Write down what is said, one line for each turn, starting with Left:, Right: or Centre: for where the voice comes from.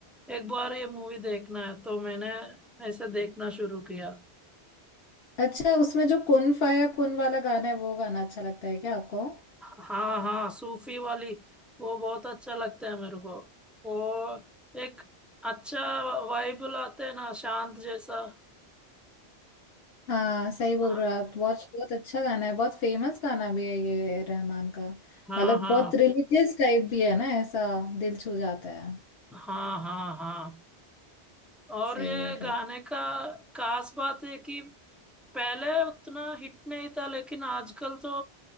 Centre: एक बार ये मूवी देखना है तो मैंने ऐसे देखना शुरू किया
Left: अच्छा उसमें जो कुन फाया कुन वाला गाना है वो गाना अच्छा लगता है क्या आपको
Centre: हाँ हाँ सूफी वाली वो बहुत अच्छा लगता है मेरे को वो एक अच्छा वाइब लाते हैं ना शांत जैसा
Left: हाँ सही बोल
Centre: हाँ
Left: रहे हो आप बहुत बहुत अच्छा गाना है बहुत फेमस गाना भी है ये रहमान का
Centre: हाँ
Left: मतलब
Centre: हाँ
Left: बहुत रिलीजियस टाइप भी है ना ऐसा दिल छू जाता है
Centre: हाँ हाँ हाँ और
Left: सही
Centre: ये
Left: बोल रहे
Centre: गाने
Left: हो
Centre: का खास बात है कि पहले उतना हिट नहीं था लेकिन आजकल तो